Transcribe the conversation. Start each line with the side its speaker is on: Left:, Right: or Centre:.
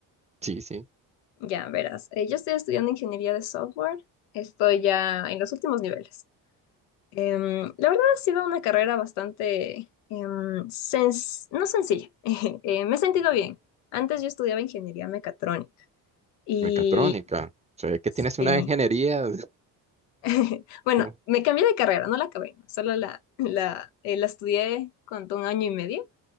Right: Sí, sí,
Left: Ya, verás. eh, yo estoy estudiando ingeniería de software. Estoy ya en los últimos niveles. Em, la verdad ha sido una carrera bastante, em, sens- no sencilla. <laughs> Eh, me he sentido bien. Antes yo estudiaba ingeniería mecatrónica. Y
Right: mecatrónica. O sea, que tienes
Left: sí,
Right: una ingeniería.
Left: <laughs> bueno,
Right: <laughs>
Left: me cambié de carrera, no la acabé, solo la, la, eh, la estudié cuando un año y medio.